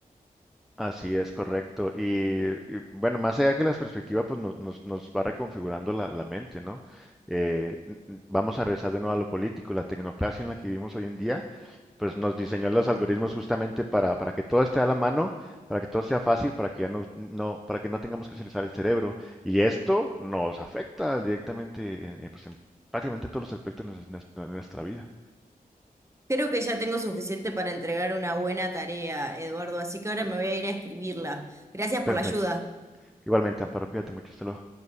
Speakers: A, in the centre; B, on the right (about 20°).
A: Así es, correcto. Y, y, bueno, más allá que las perspectivas, pues nos, nos- nos va reconfigurando la, la mente, ¿no? Eh, n- n- vamos a regresar de nuevo a lo político. La tecnocracia en la que vivimos hoy en día, pues nos diseñó los algoritmos justamente para, para que todo esté a la mano, para que todo sea fácil, para que ya no, no, para que no tengamos que utilizar el cerebro. Y esto nos afecta directamente en, eh, pues, en prácticamente todos los aspectos de nues- nues- de nuestra vida.
B: Creo que ya tengo suficiente para entregar una buena tarea, Eduardo, así que ahora me voy a ir a escribirla. Gracias
A: Perfecto.
B: por la ayuda.
A: Igualmente, Amparo, cuídate mucho. Hasta luego.